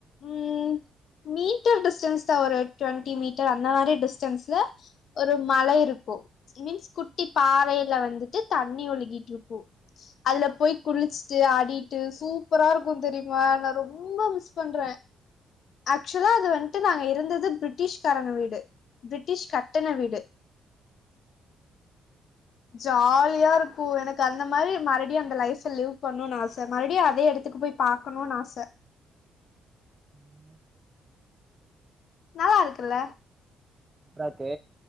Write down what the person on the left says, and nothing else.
ம் மீட்டர் டிஸ்டன்ஸ்தா ஒரு டுவெண்ட்டி மீட்டர் அந்த மாரி டிஸ்டன்ஸ்ல ஒரு மலை இருக்கு ஸ்கிமீன்ஸ் குட்டி பாறையில வந்து டு தண்ணி ஒழுகிட்டுருப்போ அதுல போய் குளுச்சுட்டு
ஆடி டு சூப்பரா இருக்கு தெரியுமா நா ரொம்ப மிஸ் பண்ற ஆக்சுவலா அது வன்ட்டு நாங்க எ இருந்தது பிரிட்டிஷ்காரங்க வீடு பிரிட்டிஷ் கட்டுண வீடு ஜாலியா இருக்கு எனக்கு அந்த மாரி மறுவுடியு அந்த லைஃப் லீவ் பண்ணுன் ஆச மறுவுடியு அதே எடத்துக்கு போய் பாக்கணுன் ஆச
நல்லா இருக்குல்ல